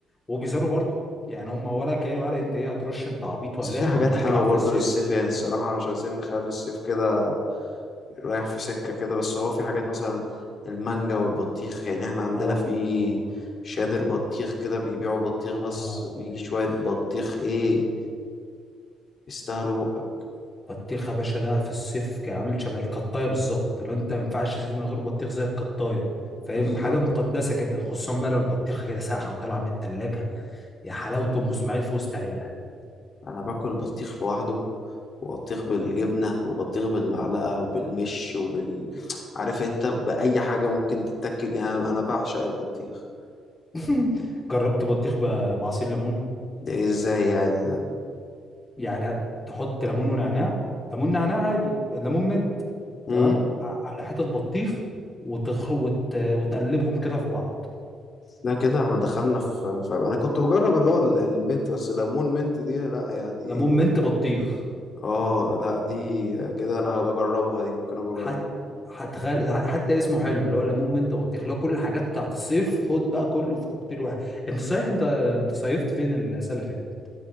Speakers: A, on the left; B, on the left.
A: وبيزاروا برضه يعني هما ولا كان ولا انت ايه هترش انت عبيط ولا
B: بس في
A: ايه احنا
B: حاجات
A: بنطلع
B: حلوة
A: في
B: برضو
A: الصيف
B: للصيف يعني الصراحة مش عايزين نخلي الصيف كده رايح في سكة كده بس هو في حاجات مثلا المانجا والبطيخ يعني احنا عندنا
A: اه
B: في شادر بطيخ كده بيبيعوا بطيخ بس
A: اه على البطيخ
B: بيجي شوية بطيخ ايه يستاهلوا بقك
A: بطيخ يا باشا ده في الصيف كان عامل شبه القطايه بالظبط لو انت ما ينفعش تصيف من غير بطيخ زي القطايه فاهم
B: بالظبط
A: حاجه مقدسه كده خصوصا بقى لو البطيخه كده ساقعه وطالعه من التلاجة يا حلاوه ام اسماعيل في وسط عيالها
B: انا باكل بطيخ لوحده وبطيخ بالجبنة وبطيخ بالمعلقة وبالمش وبال عارف انت بأي حاجة ممكن تتاكل يعني انا أنا بعشق البطيخ
A: <laughs> جربت بطيخ ب- بعصير ليمون
B: ده إيه ازاي يعني ده
A: يعني تحط ليمون ونعناع ليمون نعناع عادي ليمون منت
B: مم.
A: تمام ع- على حتة بطيخ وتخ... وت... وتقلبهم كده في بعض
B: لا كده احنا دخلنا في في- انا كنت بجرب اللي هو ال- المنت بس ليمون منت دي لا يعني ايه
A: ليمون منت بطيخ
B: اه لا دي كده انا هبقى اجربها دي ممكن ابقى اجربها
A: حتى تخيل حتى اسمه حلو اللي هو ليمون منت بطيخ اللي هو كل الحاجات بتاعت الصيف خد بقى كله في كوكتيل واحد انت صحيح انت انت صيفت فين السنه اللي فاتت